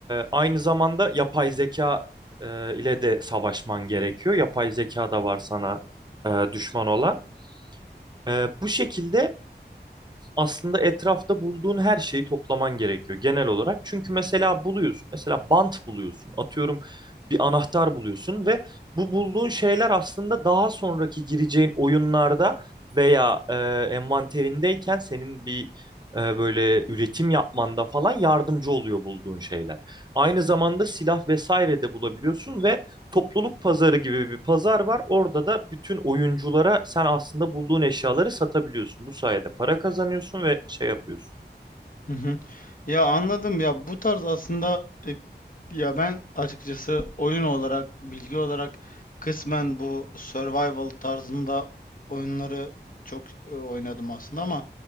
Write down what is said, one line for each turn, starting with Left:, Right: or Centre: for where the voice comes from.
Right: aynı zamanda yapay zeka e, ile de savaşman gerekiyor. Yapay zeka da var sana e, düşman olan. E, bu şekilde aslında etrafta bulduğun her şeyi toplaman gerekiyor genel olarak. Çünkü mesela buluyorsun, mesela bant buluyorsun, atıyorum bir anahtar buluyorsun ve bu bulduğun şeyler aslında daha sonraki gireceğin oyunlarda veya e, envanterindeyken senin bir e, böyle üretim yapmanda falan yardımcı oluyor bulduğun şeyler. Aynı zamanda silah vesaire de bulabiliyorsun ve topluluk pazarı gibi bir pazar var. Orada da bütün oyunculara sen aslında bulduğun eşyaları satabiliyorsun. Bu sayede para kazanıyorsun ve şey yapıyorsun.
Left: Hı hı. Ya anladım ya bu tarz aslında e, ya ben açıkçası oyun olarak bilgi olarak kısmen bu survival tarzında oyunları çok e, oynadım aslında ama